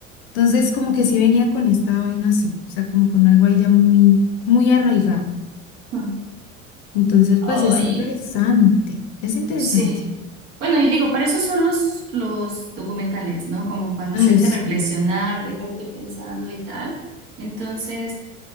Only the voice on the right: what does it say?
Mm.
Ay.
Sí. Bueno, y digo, para eso son los, los documentales, ¿no? Como para
hacerte
reflexionar, dejarte pensando y tal. Entonces,